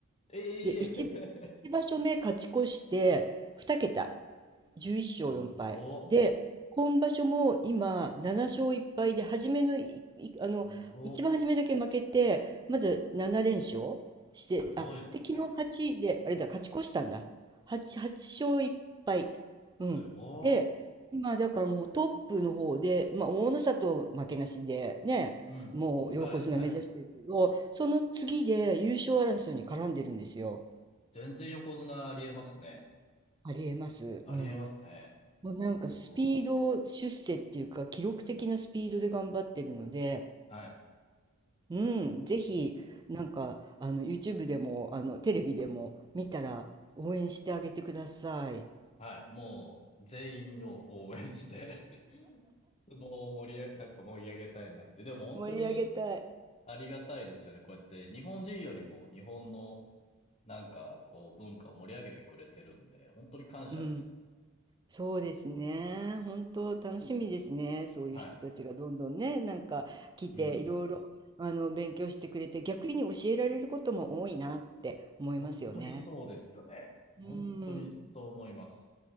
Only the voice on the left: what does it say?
ええ
<laughs>
すご、
すご、
すごいですね。
すご、
うん、
はい、はい。
全然横綱ありえますね。
ありえますね。
すごい。はい。
はい。もう、全員を応援して <laughs> もう盛り上げ、なんか盛り上げたいなって。でも本当に
ありがたいですよね。こうやって日本人よりも日本のなんかこう文化を盛り上げてくれてるんで、本当に感謝です。
はい。
うん。本当にそうですよね。
本当にそう思います。